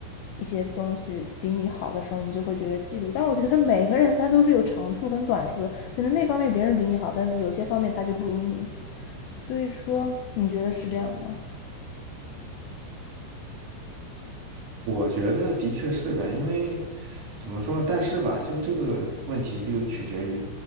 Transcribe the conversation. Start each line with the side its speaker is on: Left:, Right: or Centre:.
Left: 一些东西比你好的时候，你就会觉得嫉妒。但我觉得每个人他都是有长处跟短处的，可能那方面别人比你好，但有些方面他就不如你。所以说，你觉得是这样吗？
Right: 我觉得的确是的，因为怎么说呢但是吧，就这个问题就取决于